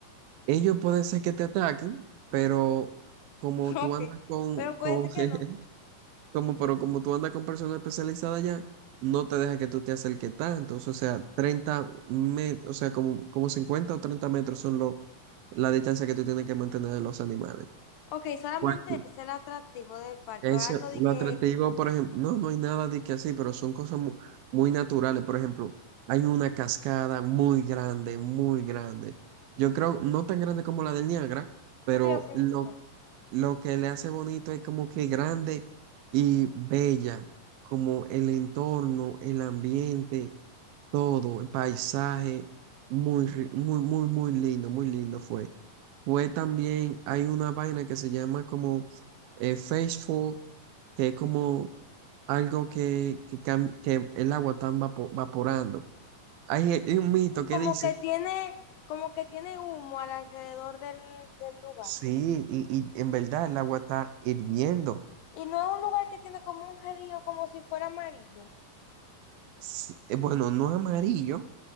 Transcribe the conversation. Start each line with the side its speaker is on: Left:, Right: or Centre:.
Right: Ellos pueden ser que te ataquen, pero como
Left: <laughs>
Right: tú
Left: Ok,
Right: andas con,
Left: pero
Right: con,
Left: puede ser
Right: <laughs>
Left: que no.
Right: Como, pero como tú andas con personas especializadas ya, no te deja que tú te acerques tanto. O sea, 30 metros, o sea, como, como 50 o 30 metros son lo, la distancia que tú tienes que mantener de los animales.
Left: Ok, solamente
Right: Cualquier-
Left: es el atractivo del parque,
Right: Eso,
Left: o algo de
Right: lo
Left: que,
Right: atractivo, por ejemplo, no, no hay nada de que así, pero son cosas mu- muy, naturales. Por ejemplo, hay una cascada muy grande, muy grande. Yo creo, no tan grande como la del Niágara, pero
Left: esto te iba a preguntar.
Right: lo, lo que le hace bonito es como que grande y bella, como el entorno, el ambiente, todo, el paisaje, muy, ri- muy, muy, muy lindo, muy lindo fue. Fue también, hay una vaina que se llama como eh, Faithful, que es como algo que, que, cam- que el agua está vapo- vaporando. Hay, hay un mito
Left: O
Right: que
Left: como
Right: dice,
Left: que tiene, como que tiene humo al alrededor del, del lugar.
Right: sí, y, y en verdad el agua está hirviendo.
Left: Y no es un lugar que tiene como un río, como si fuera amarillo.
Right: Sí, eh, Bueno, no es amarillo